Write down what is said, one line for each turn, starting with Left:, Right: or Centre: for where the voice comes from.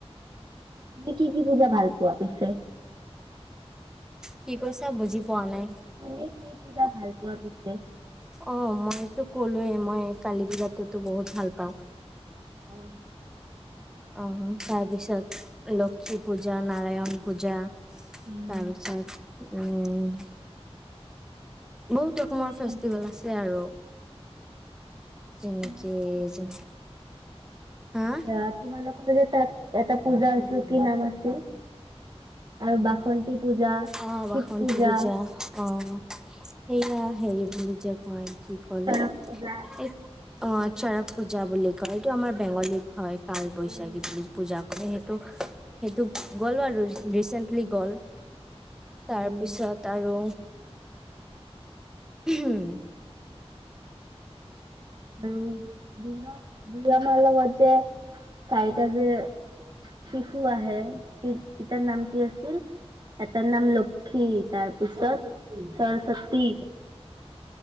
Right: তুমি কি কি পুজা ভাল পোৱা পিছে?
Centre: কি কৈছা বুজি পোৱা নাই
Right: তুমি কি পূজা ভাল পোৱা পিছে?
Centre: অ', মই টো ক'লোৱে মই কালি বিলাটোতো বহুত ভাল পাওঁ।
Right: অ'।
Centre: অ', তাৰ পিছত লক্ষী পূজা, নাৰায়ণ পূজা।
Right: উম।
Centre: তাৰপিছত উম। বহুত ৰকমৰ
Right: এই
Centre: ফেষ্টিভেল আছে আৰু। যেনেকেই
Right: তোমালোকৰ
Centre: যে হা
Right: দা তোমালোকৰ যে তাত এটা পূজা আছিল কি নাম আছিল? আৰু বাসন্তি পূজা,
Centre: অ', বাসন্তী
Right: শিৱ পূজা।
Centre: অ', সেয়া হেৰি বুলি যে কয়। কি কল
Right: চৰক পূজা
Centre: এই অ', চৰক পূজা বুলি কয়, এইটো আমাৰ বেংগলীত হয়। কাল বৈশাখী
Right: উম
Centre: বুলি পূজা। <inaudible> ত' সেইটো গ'লো আৰু ৰিচেণ্টলিক গ'ল।
Right: উম
Centre: তাৰ পিছত আৰু উম।
Right: আৰু দুৰ্গা দুৰ্গা মাৰ লগ যে চাৰিটা যে শিশু আহে ইটাৰ নাম কি আছিল, এটাৰ নাম লক্ষী তাৰপিছত সৰস্বতী।